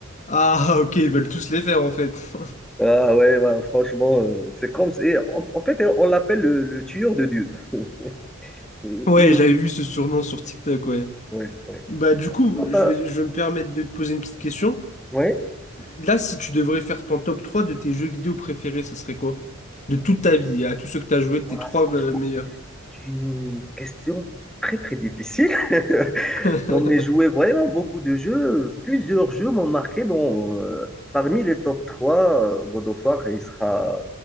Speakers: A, on the left (about 35°); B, in the centre.
A: Ah, <laughs> ok, ils veulent tous les faire, en fait. <laughs>
B: Ah ouais, ouais, franchement, euh, c'est comme... si, Et en, en fait, on l'appelle le, le tueur de dieux. <laughs> Et-
A: Ouais,
B: et nous-
A: j'avais vu ce surnom sur TikTok, ouais.
B: Ouais, ouais.
A: Bah, du coup,
B: Sinon, t'as-
A: je vais, je vais me permettre de te poser une petite question.
B: ouais.
A: Là, si tu devrais faire ton top 3 de tes jeux vidéo préférés, ça serait quoi? De toute ta vie, à tous ceux que tu as joué, tes
B: Voilà,
A: trois
B: franchement,
A: euh, meilleurs.
B: Une question très très difficile. <laughs>
A: <laughs>
B: J'en ai joué vraiment beaucoup de jeux. Plusieurs jeux m'ont marqué. Bon, euh, parmi les top 3 euh, God of War, il sera,